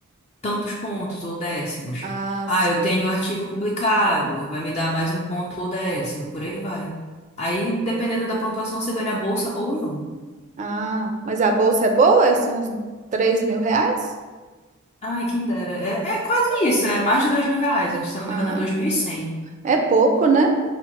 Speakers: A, on the left; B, on the right.
A: tantos pontos ou décimos.
B: Ah,
A: Ah,
B: sim.
A: eu tenho o artigo publicado, vai me dar mais um ponto ou décimo, por aí vai. Aí, dependendo da pontuação, você ganha a bolsa ou não.
B: Ah, mas a bolsa é boa? É assim, uns três mil reais?
A: Ai, quem dera. É, é quase isso, é mais de dois mil reais, acho que, se eu não
B: Ah,
A: me engano é dois mil e cem.
B: é pouco, né?